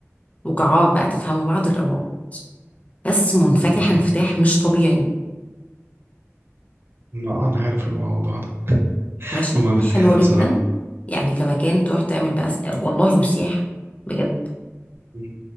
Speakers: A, on the left; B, on the right.
A: وكعاب بقى تفهموا بعض الإمارات بس منفتحة
B: انا مره
A: انفتاح مش طبيعي
B: ما انا عارف الموضوع ده
A: ماشي
B: هما بالزيادة
A: حلوة جدا
B: بصراحة
A: يعني كمكان تروح تعمل بقى س- والله وسياحة بجد
B: مم.